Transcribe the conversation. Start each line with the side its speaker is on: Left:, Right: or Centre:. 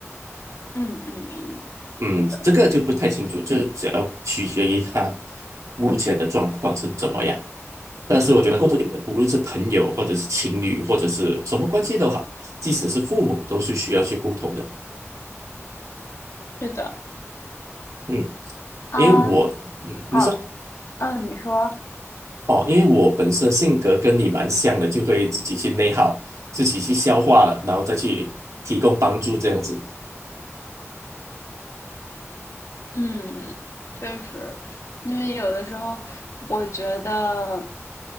Left: 嗯嗯嗯，
Right: 嗯，
Left: 是的，
Right: 这个就不太清楚，这只要取决于他目前的状况是怎么样。但是我觉得共同点的，无论是朋友，或者是情侣，或者是什么关系都好，即使是父母，都是需要去沟通的。
Left: 是的
Right: 嗯，
Left: 啊，
Right: 因为我嗯，
Left: 好。
Right: 你说
Left: 嗯，你说，
Right: 哦，因为我本身性格跟你蛮像的，就会自己去内耗，自己去消化了，然后再去提供帮助这样子。
Left: 嗯，确实，因为有的时候我觉得